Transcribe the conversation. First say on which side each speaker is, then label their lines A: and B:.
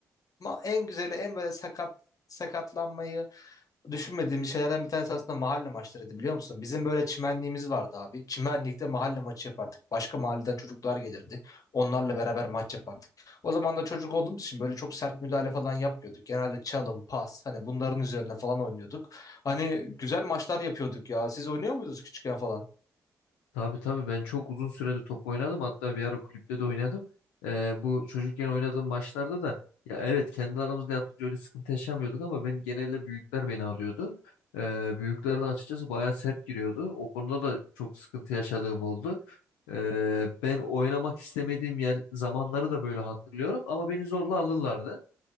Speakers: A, on the left; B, on the left.
A: ma- en güzeli en böyle sakat sakatlanmayı düşünmediğimiz şeylerden bir tanesi aslında mahalle maçlarıydı biliyor musun? Bizim böyle çimenliğimiz vardı abi. Çimenlikte mahalle maçı yapardık. Başka mahalleden çocuklar gelirdi. Onlarla beraber maç yapardık. O zaman da çocuk olduğumuz için böyle çok sert müdahale falan yapmıyorduk. Genelde çalım, pas hani bunların üzerine falan oynuyorduk. Hani güzel maçlar yapıyorduk ya. Siz oynuyor muydunuz küçükken falan?
B: Tabii tabii ben çok uzun sürede top oynadım hatta bir ara kulüpte de oynadım. Ee, bu çocukken oynadığım maçlarda da ya evet kendi aramızda yapınca öyle sıkıntı yaşamıyorduk ama ben genelde büyükler beni alıyordu. Ee, büyükler de açıkçası bayağı sert giriyordu. O konuda da çok sıkıntı yaşadığım oldu. Ee, ben oynamak istemediğim yer, zamanları da böyle hatırlıyorum ama beni zorla alırlardı.